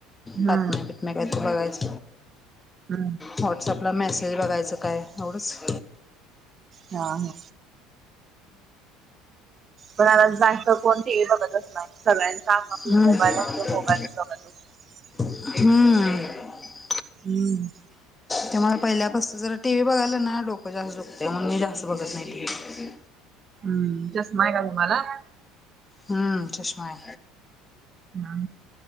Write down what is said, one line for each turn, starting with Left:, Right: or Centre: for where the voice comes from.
Right: हा
Left: बातम्या बितम्या काय तर बघायच
Right: हा
Left: व्हॉट्सअपला मेसेज बघायच काय एवढंच
Right: हा हा पण आता जास्त कोण टीव्ही बघतच नाही सगळ्यांचा आपापला
Left: हम्म.
Right: मोबाईल
Left: हम्म.
Right: <unintelligible>
Left: हम्म.
Right: हम्म.
Left: त्यामुळे पहिल्यापासून जर टी व्ही बघायलं ना डोकं जास्त दुखतंय म्हणून मी जास्त बघत नाही टीव्ही.
Right: हम्म चष्माय का तुम्हाला?
Left: हम्म चष्माय
Right: हा.